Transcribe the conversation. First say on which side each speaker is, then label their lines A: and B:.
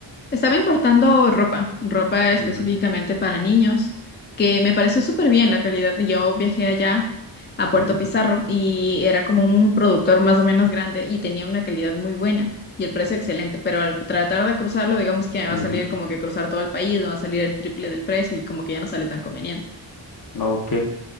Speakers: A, on the left; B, on the left.
A: Estaba importando ropa, ropa específicamente
B: Ujú.
A: para niños, que me pareció súper bien la calidad. Yo viajé allá a Puerto
B: Ujú,
A: Pizarro y era como un productor más o menos grande y tenía una calidad muy buena y el precio excelente, pero al tratar de cruzarlo, digamos que va
B: ujú.
A: a salir como que cruzar todo el país, va a salir el triple del precio y como que ya no sale tan conveniente.
B: Ok.